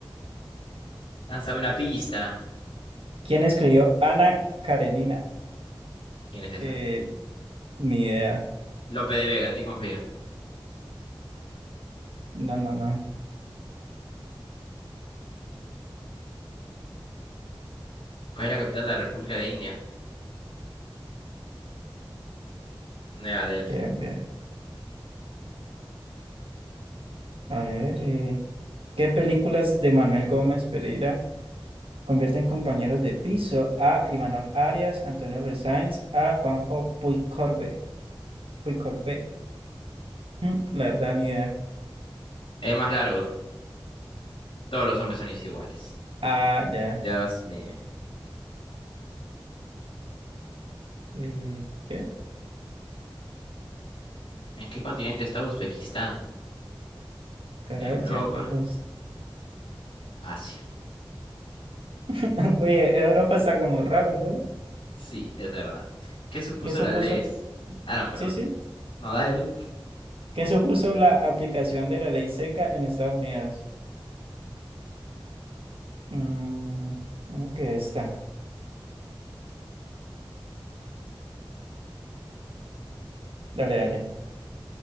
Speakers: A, on the left (about 80°); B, on the right (about 85°).
A: Lánzame una pista.
B: ¿Quién escribió Ana Karenina?
A: ¿Quién es esa?
B: Eh, ni idea.
A: Lope de Vega, en ti confío.
B: No, no, no.
A: ¿Cuál es la capital de la República de India? Nueva Delhi.
B: Bien, bien. A ver. eh, ¿Qué películas de Manuel Gómez Pereira convierten compañeros de piso a Imanol Arias, Antonio Resáenz, a Juanjo Puigcorbe? Puigcorbe. Mm, la verdad, ni idea.
A: El más largo. Todos los hombres son iguales.
B: Ah, ya.
A: Dios mío.
B: Eh, ¿qué?
A: ¿En qué continente está Uzbekistán?
B: Caral,
A: Europa,
B: yo creo que es...
A: Asia.
B: <laughs> Oye, Europa está como raro, ¿no?
A: Sí, es verdad. ¿Qué supuso
B: ¿Qué supuso?
A: la ley? Ah, no, perdón.
B: Sí, sí.
A: No, dale tú.
B: ¿Qué supuso la aplicación de la ley seca en Estados Unidos? Mm, creo que esta. Dale, dale.